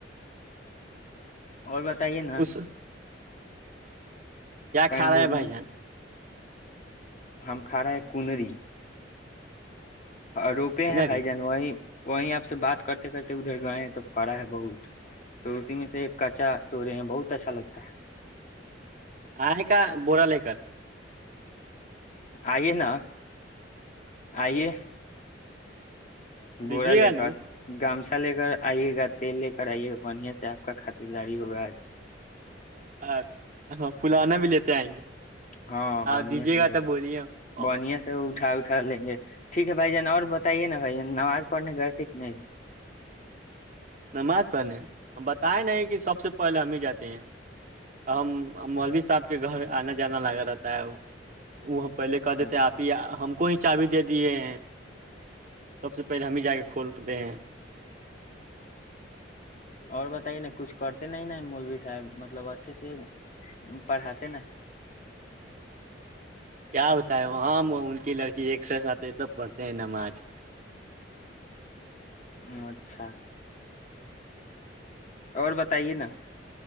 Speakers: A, on the left; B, on the right.
A: اور بتائیے نا
B: اس کیا
A: کہیں
B: کھا رہا
A: گھومنے
B: ہے بھائی جان
A: ہم کھا رہے ہیں کنری روپے ہیں بھائی
B: ری
A: جان وہی وہی آپ سے بات کرتے کرتے ادھر گئے ہیں تو پڑا ہے بہت تو اسی میں سے کچا تو رہے ہیں بہت اچھا لگتا ہے
B: ہے کا بوورا ل کرر
A: آئیے نا آئیے بورا
B: دیجیے
A: ل
B: گا ن
A: کرا گام نشا لے کر آئیے گا تیل لے کر آئیے گا بڑھیا سے آپ کا خاطرداری ہوگا آج
B: ا ہاں پلانا بھی لیتے آئیں گے
A: ہاں بنیا
B: آپ دیجیے
A: سے
B: گا
A: ہوئے
B: تو بولیے ہم
A: بڑیا سے ہو اٹھا اٹھا لیں گے ٹھیک ہے بھائی جان اور بتائیے نا بھائی ج نماز پڑھنے گئے تھے کہ نہیں
B: نماز پڑھنے ہم بتائے نہیں کہ سب سے پہلے ہم ہی جاتے ہیں ہم مولوی صاحب کے گھر آنا جانا لگا رہتا ہے وہ پہلے کہ دیتے
A: اچھا
B: ہیں آپ ہی ہم کو چا بھی دے دیے ہیں سب سے پہلے ہمیں جا کے کھولتےے ہیں
A: اور بتائیے نا کچھ کرتے نہیں نا مولوی صاحب مطلب اچھے سے پڑھاتے نا
B: کیا بتا ہے وہ ہماں ان کی لڑکی ایک ساتھات تو پڑھتے ہیں نماز
A: ہم، اچھا اور بتائیے نا